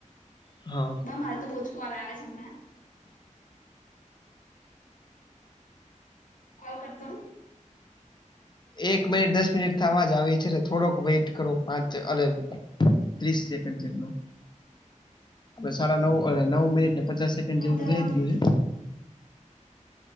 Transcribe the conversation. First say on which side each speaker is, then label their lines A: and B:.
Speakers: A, on the left; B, on the left.
A: હા.
B: મારે તો બો જ કોલ આવે છે હમણાં. કોલ કટ કરુ.
A: એક મિનિટ દસ મિનિટ થાવા જ આવી છે, તો થોડોક વેટ કરો પાંચ અવે ત્રીસ સેકન્ડ જેટ પહી સાડા નવ અને નવ મિનિટને પચાસે
B: હા
A: જેવું
B: તો
A: થઈ જ
B: શું
A: ગીયું હે.